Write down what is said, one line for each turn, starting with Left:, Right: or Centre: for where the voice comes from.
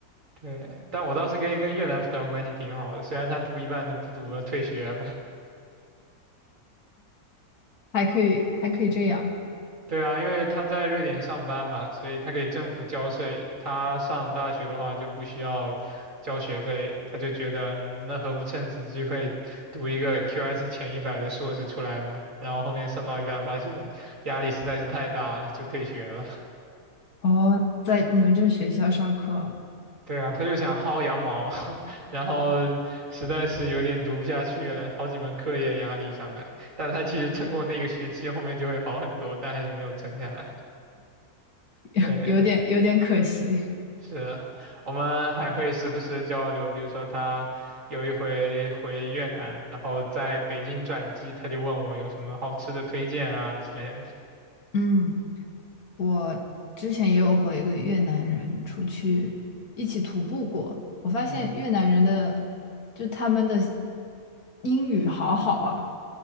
Right: 对，但我倒是跟一个越南朋友关系挺好的，虽然他读一半都不读了，退学了。
Left: 还可以，还可以这样
Right: 对啊，因为他在瑞典上班嘛，所以他给政府交税。他上大学的话就不需要交学费，他就觉得，嗯，那何不趁此机会读一个 QS 前一百的硕士出来呢？然后后面上到一半发现压力实在是太大了，就退学了。
Left: 哦，在你们这学校上课
Right: 对啊，他就想薅羊毛嘛，<laughs> 然后实在是有点读不下去了，好几门课业压力上来。但他其实撑过那个学期，后面就会好很多，但还是没有撑下来。
Left: <laughs>
Right: 对，
Left: 有点有点可惜。
Right: 是，我们还会时不时的交流，比如说他有一回回越南，然后在北京转机，他就问我有什么好吃的推荐啊之类的。
Left: 嗯我之前也有和一个越南人出去一起徒步过，我发现越南人的就他们的
Right: 嗯
Left: 英语好好啊。